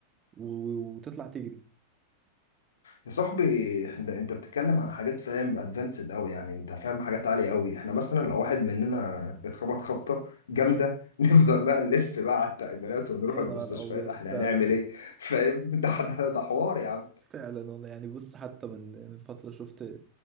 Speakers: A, on the right; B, on the left.
A: و- وتطلع تجري
B: يا صاحبي احنا انت بتتكلم عن حاجات فاهم ادفانسد قوي يعني انت فاهم حاجات عاليه قوي احنا مثلا لو واحد مننا اتخبط خبطه جامده <laughs> نفضل بقى نلف بقى على التأمينات ونروح
A: يا
B: المستشفيات
A: نهار ابيض
B: احنا
A: فعلا
B: هنعمل ايه <laughs> فاهم ده ده, ده حوار يا عم
A: فعلا والله يعني بص حتى من من فتره شفت